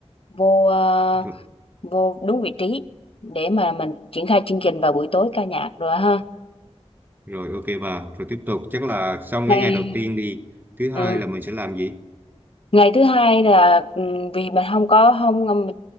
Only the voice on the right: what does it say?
rồi,
rồi ok bà rồi tiếp tục chắc là xong
cái ngày đầu tiên đi thứ hai
là mình sẽ làm gì